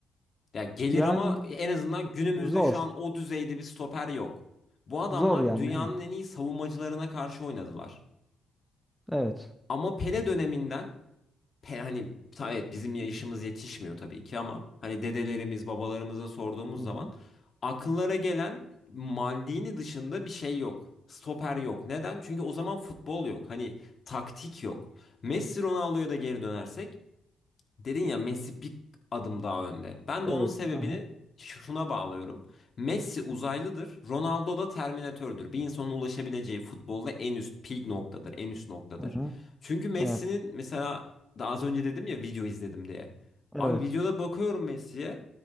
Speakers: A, on the left (about 45°); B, in the centre.
A: Ya gelir
B: Yani
A: ama en azından günümüzde
B: zor.
A: şu an o düzeyde bir stoper yok. Bu adamlar
B: Zor yani.
A: dünyanın en iyi savunmacılarına karşı oynadılar.
B: Evet.
A: Ama Pele döneminden Pe- hani ta- evet bizim yaşımız
B: Hı
A: yetişmiyor tabii ki ama hani dedelerimiz babalarımıza sorduğumuz
B: Hı
A: zaman
B: hı.
A: akıllara gelen Maldini dışında bir şey yok. Stoper yok. Neden? Çünkü o zaman futbol yok. Hani taktik yok. Messi Ronaldo'ya da geri dönersek Dedin ya Messi bir adım daha önde. Ben
B: Evet.
A: de onun sebebini
B: Hı hı.
A: şu- şuna bağlıyorum. Messi uzaylıdır, Ronaldo da Terminatördür. Bir insanın ulaşabileceği futbolda en üst peak noktadır, en üst noktadır.
B: Hı hı.
A: Çünkü Messi'nin
B: Evet.
A: mesela daha az önce dedim ya video izledim diye.
B: Evet.
A: Abi videoda bakıyorum Messi'ye.